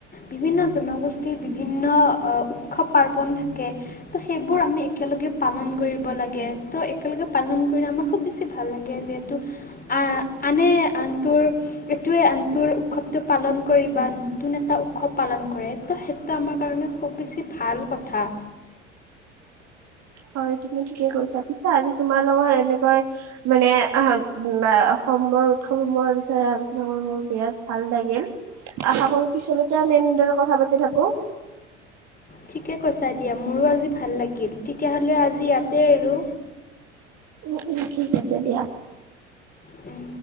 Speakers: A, on the left (about 25°); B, on the right (about 45°).
A: বিভিন্ন জনগোষ্ঠীৰ, বিভিন্ন আহ উৎসৱ প ন থাকে। ত সেইবোৰ আমি একেলগে পালন কৰিব লাগে। ত একেলগে পালন কৰিলে আমাৰ খুব বেছি ভাল লাগে। যিহেতু আ- আনে, আনটো এইটোৱে টো উৎসৱতটো পালন কৰি বা নতুন এটা উৎসৱ পালন কৰে ত সেইটো আমাৰ কাৰণে খুব বেছি বছ ভাল কথা।
B: <inaudible> হয় তুমি ঠিকে কৈছা। পিছা যে তোমাৰ লগত এনেকৈ মানে সমৰ উৎসৱসমূহৰ বিষয়ে আলোচনা কৰি মোৰ বিৰাট ভাল লাগিল। আশা কৰো পিছলৈকে আমি এনেদৰে কথা পাতি থাকো।
A: ঠিকে কৈছা দিয়া মোৰো আজি ভাল লাগিল তেতিয়াাহলে আজি ইয়াতে আৰু।
B: উ-উ ঠিক আছে দিযয়া।
A: উম